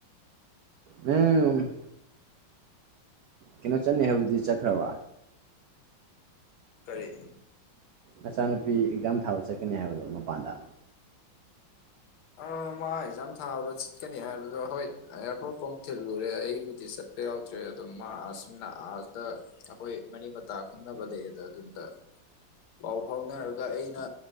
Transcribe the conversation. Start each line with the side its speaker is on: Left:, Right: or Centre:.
Right: ꯎꯝ ꯀꯩꯅꯣ ꯆꯠꯅꯩ ꯍꯥꯏꯕꯖꯤꯛꯇꯗꯤ ꯆꯠꯈ꯭ꯔꯕ
Left: ꯀꯔꯤꯦ
Right: ꯅꯆꯥꯅꯨꯄꯤ ꯑꯦꯛꯖꯥꯝ ꯊꯥꯕ ꯆꯠꯀꯅꯤ ꯍꯥꯏꯕꯗꯣ ꯃꯄꯥꯟꯗ
Left: ꯑ ꯃꯥ ꯑꯦꯛꯖꯥꯝ ꯊꯥꯕ ꯆꯠꯀꯅꯤ ꯍꯥꯏꯕꯗꯣ ꯍꯣꯏ ꯑꯦꯌꯥꯔꯄꯣꯔꯠꯐꯥꯎ ꯊꯤꯜꯂꯨꯔꯦ ꯑꯩꯕꯨꯗꯤ ꯆꯠꯦ ꯌꯥꯎꯗ꯭ꯔꯦ ꯑꯗꯣ ꯃꯥ ꯑꯥꯔꯁꯤꯅ ꯑꯥꯔꯁꯇ ꯑꯩꯈꯣꯏ ꯃꯔꯤ ꯃꯇꯥ ꯈꯪꯅꯕ ꯂꯩꯌꯦꯗ ꯑꯗꯨꯗ ꯄꯥꯎ ꯐꯥꯎꯅꯔꯒ ꯑꯩꯅ